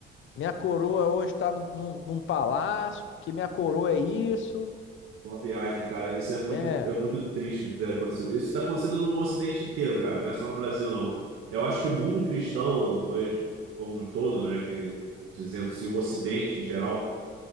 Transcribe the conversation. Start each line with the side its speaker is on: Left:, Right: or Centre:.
Left: Minha coroa hoje está num, num, num palácio, que minha coroa é isso,
Right: Uma viagem, cara. Isso é muito,
Left: né?
Right: é muito triste ter acontecido. Isso tá acontecendo no Ocidente inteiro, cara. Não é só no Brasil, não. Eu acho que o mundo cristão hoje, como um todo, né, que dizendo-se o Ocidente em geral.